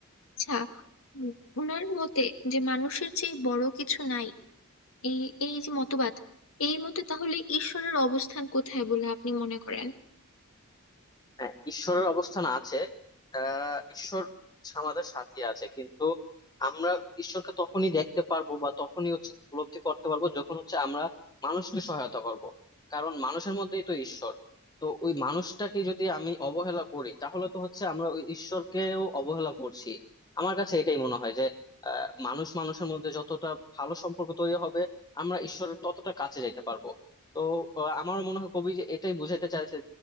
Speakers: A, on the left (about 65°); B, on the left (about 20°).
A: আচ্ছা উম, ওনার মতে যে মানুষের চেয়ে বড় কিছু নাই এই এই যে মতবাদ এই মতে তাহলে ঈশ্বরের অবস্থান কোথায় বলে আপনি মনে করেন
B: হ্যাঁ ঈশ্বরের অবস্থান আছে আহ ঈশ্বর আমাদের সাথে আছে কিন্তু আমরা ঈশ্বরকে তখনই দেখতে পারবো বা তখনই হচ্ছে উপলব্ধি করতে পারবো যখন হচ্ছে আমরা মানুষকে সহায়তা করব কারণ মানুষের মধ্যেই তো ঈশ্বর তো ওই মানুষটাকে যদি আমি অবহেলা করি তাহলে তো হচ্ছে আমরা ওই ঈশ্বরকেও অবহেলা করছি আমার কাছে এটাই মনে হয় যে আহ মানুষ মানুষের মধ্যে যতটা ভালো সম্পর্ক তৈরি হবে আমরা ঈশ্বরের ততটা কাছে যেতে পারবো তো আহ, আমারও মনে হয় কবি যে এটাই বুঝাতে চাইছে